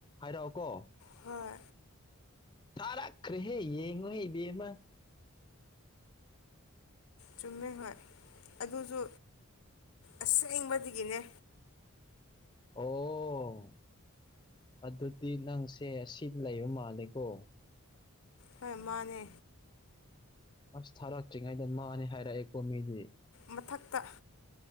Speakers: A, on the left; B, on the left.
A: ꯍꯥꯏꯔꯛꯑꯣꯀꯣ
B: ꯍꯣꯏ
A: ꯊꯥꯔꯛꯈꯔ꯭ꯦꯍꯦ ꯌꯦꯉꯣꯍꯦ ꯏꯕꯦꯝꯃꯥ
B: ꯆꯨꯝꯃꯦ ꯍꯣꯏ ꯑꯗꯨꯁꯨ ꯑꯁꯦꯡꯕꯗꯒꯤꯅꯦ
A: ꯑꯣ ꯑꯗꯨꯗꯤ ꯅꯪꯁꯦ ꯑꯁꯤꯗ ꯂꯩꯕ ꯃꯥꯜꯂꯦꯀꯣ
B: ꯍꯣꯏ ꯃꯥꯅꯦ
A: ꯑꯁ ꯊꯥꯔꯛꯇ꯭ꯔꯤꯉꯩꯗ ꯃꯥꯅꯤ ꯍꯥꯏꯔꯛꯑꯦꯀꯣ ꯃꯤꯗꯤ
B: ꯃꯊꯛꯇ